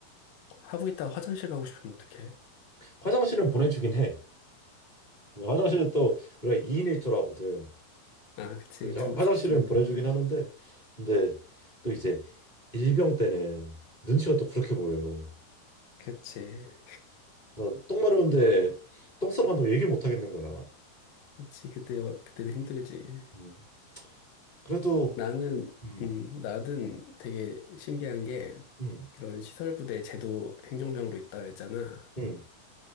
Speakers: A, on the left; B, on the left.
A: 하고 있다가 화장실 가고 싶으면 어떡해?
B: 화장실은 보내주긴 해. 화장실은 또 우리가 2인 1조라거든.
A: 아, 그치,
B: 그럼 이제
A: 두,
B: 화- 화장실은
A: 둘
B: 보내주긴
A: 해야지.
B: 하는데 근데 또 이제 일병 때는 눈치가 또 그렇게 보여요.
A: 그치,
B: 나 똥 마려운데 똥 싸러 간다고 얘기를 못 하겠는 거야.
A: 그치, 그때, 어- 그때는 힘들지.
B: 음. 그래도
A: 나는,
B: 음.
A: 음, 나는 되게 신기한 게
B: 음.
A: 그런 시설부대 제도 행정병으로 있다 그랬잖아.
B: 음.